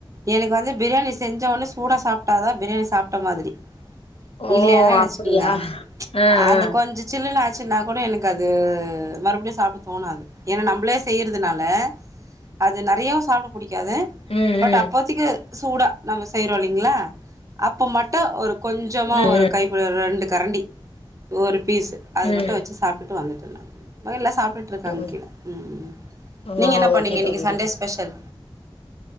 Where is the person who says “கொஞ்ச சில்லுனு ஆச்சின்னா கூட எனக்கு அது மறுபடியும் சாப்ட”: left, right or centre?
Right